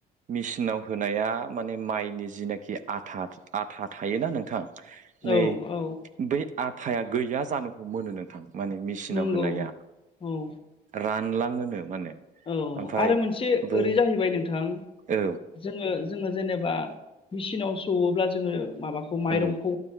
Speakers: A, on the right (about 45°); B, on the left (about 30°).
A: मेसिनाव होनाया माने माइनि जिनाखि आथ आथा आथा थायोना नोंथां नै
B: औ औ
A: बै आथाया गैया जानो हमोनो नोंथां माने मेसिनाव
B: नंगौ
A: होनाया
B: औ
A: रानला ङोनो माने
B: औ
A: ओमफ्राय
B: आरो मोनसे
A: बै
B: ओरै जाहैबाय नोंथां
A: औ
B: जोङो जोङो जेनेबा मेचिनाव सौवोब्ला जोङो माबाखौ माइरंखौ
A: औ